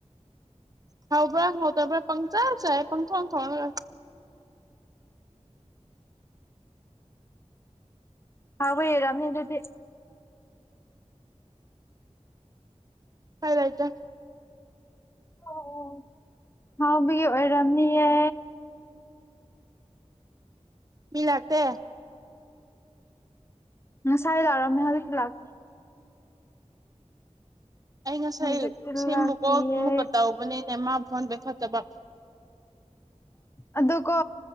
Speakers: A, on the right; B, on the left.
A: ꯍꯥꯎꯕ ꯍꯥꯎꯇꯥꯕꯔꯥ ꯄꯪꯆꯥ ꯆꯥꯏ ꯄꯪꯊꯣꯡ ꯊꯣꯡꯉꯒ꯫
B: ꯍꯥꯎꯕꯩ ꯑꯣꯏꯔꯝ ꯅꯤ ꯑꯗꯨꯗꯤ꯫
A: <unintelligible>
B: ꯑꯣ ꯍꯥꯎꯕꯒꯤ ꯑꯣꯏꯔꯝꯅꯤꯌꯦ꯫
A: ꯃꯤ ꯂꯥꯛꯇꯦ꯫
B: ꯉꯁꯥꯏ ꯂꯥꯛꯔꯝꯃꯦ ꯍꯧꯖꯤꯛꯇꯤ ꯂꯥꯛꯇꯦ꯫
A: ꯑꯩ ꯉꯁꯥꯏ
B: ꯍꯧꯖꯤꯛꯇꯤ
A: ꯁꯤꯃꯨꯛꯀꯣ
B: ꯂꯥꯛꯇꯤꯌꯦ
A: ꯑꯃꯨꯛꯀ ꯇꯧꯕꯅꯤꯅꯦ ꯃꯥ ꯐꯣꯟ ꯄꯥꯏꯈꯠꯇꯕ꯫
B: ꯑꯗꯨꯀꯣ